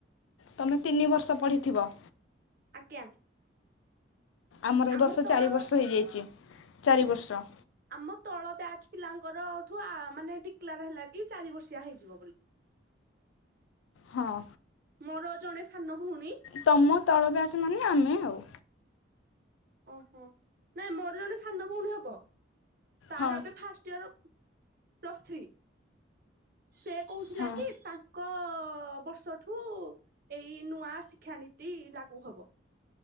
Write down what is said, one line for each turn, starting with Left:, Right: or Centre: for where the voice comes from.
Left: ତମେ ତିନି ବର୍ଷ ପଢ଼ିଥିବ?
Right: ଆଜ୍ଞା।
Left: ଆମର
Right: ଆମ
Left: ଏ ବର୍ଷ
Right: ତଳ
Left: ଚାରି ବର୍ଷ ହେଇଯାଇଛି ଚାରି
Right: ହୁଁ
Left: ବର୍ଷ।
Right: ଆମ ତଳ ବ୍ୟାଚ୍ ପିଲାଙ୍କରଠୁ ମାନେ ଡିକ୍ଲାର ହେଲା କି ଚାରି ବର୍ଷିଆ ହେଇଯିବ ବୋଲି।
Left: ହଁ।
Right: ମୋର ଜଣେ ସାନ ଭଉଣୀ
Left: ତମ ତଳ ବ୍ୟାଚ୍ ମାନେ ଆମେ ଆଉ।
Right: ଓହୋ ନାଇଁ ମୋର ଜଣେ ସାନ ଭଉଣୀ ହବ ତାର
Left: ହଁ
Right: ଏବେ ଫାଷ୍ଟ ଇୟର ପ୍ଲସ ଥ୍ରି। ସେ କହୁଥିଲା
Left: ହଁ
Right: କି ତାଙ୍କ ବର୍ଷଠୁ ଏଇ ନୂଆ ଶିକ୍ଷା ନୀତି ଲାଗୁ ହବ।